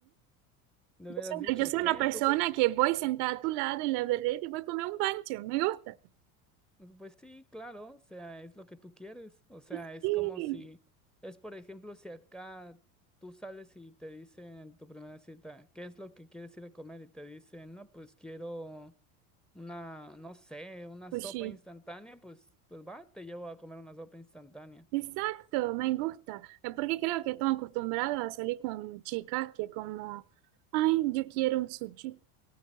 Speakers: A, in the centre; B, on the right.
A: hubieras
B: Yo soy,
A: dicho,
B: yo soy
A: ¿qué?
B: una persona
A: ¿Tú,
B: que voy sentada a tu lado en la vereda y voy a comer un pancho. Me gusta.
A: Pues sí, claro, o sea, es lo que tú quieres. O sea,
B: Sí,
A: es como si, es por ejemplo, si acá tú sales y te dicen en tu primera cita, ¿qué es lo que quieres ir a comer? Y te dicen, no, pues quiero una, no sé, una
B: sushi.
A: sopa instantánea, pues, pues va, te llevo a comer una sopa instantánea.
B: Exacto, me gusta, Eh, porque creo que están acostumbrados a salir con chicas que como, ay, yo quiero un sushi.